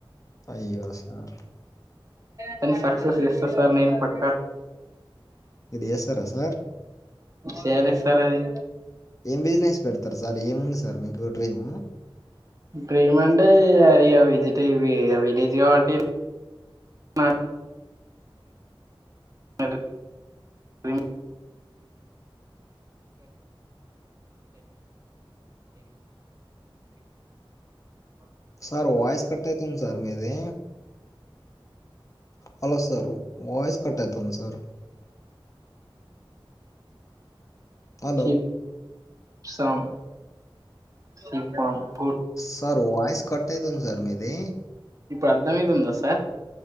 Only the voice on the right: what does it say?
తను సక్సెస్ గిస్సాస్ సార్ నేను పక్క
చేయాలి సార్ అది
డ్రీమ్ అంటే అరి విజిట్ విలేజ్ కాబట్టి నా నాడు డ్రీమ్
<inaudible>
ఇప్పుడు అర్ధంమైతుందా సార్